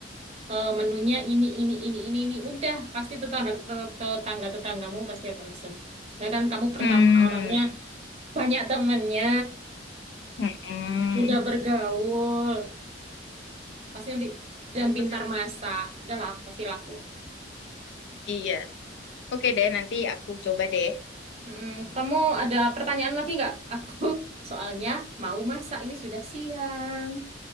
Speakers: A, on the right; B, on the left.
A: eh, menunya ini, ini, ini, ini, ini. Udah, pasti tetangga, tetangga-tetanggamu pasti akan pesen. Soalnya kan kamu pertama
B: hmm,
A: orangnya banyak temennya,
B: mm-mm.
A: mudah bergaul, pasti nanti dan pintar
B: Rasanya-
A: masak. Udah lah, pasti laku.
B: Iya. Oke deh, nanti aku coba deh.
A: Mm, kamu ada pertanyaan lagi nggak? Aku <laughs> soalnya mau masak ini sudah siang.